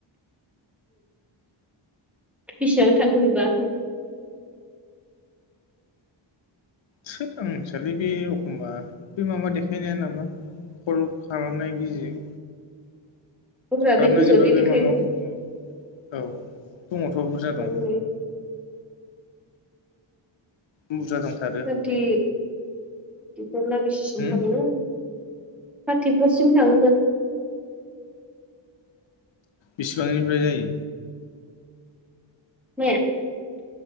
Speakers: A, in the centre; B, on the left.
A: बेसेबां थांखो बेबा
B: थोद आं मिथियालै बे एखमबा बे माबा देखायनाया नामा कल खालामनाय गिजि
A: अब्रा
B: खालामनो
A: बे गोजौआवदि
B: नागिरबा बे
A: देखायो
B: माबायाव औ औ दङथ' बुरजा
A: बेयाव
B: दं।
A: नुयो
B: बुरजा दंथारो।
A: फुरथि फुरखौ नना बेसेसिम
B: उम
A: फानो थार्टिफरसिम थांगोन।
B: बेसेबांनिफ्राय जायो
A: माया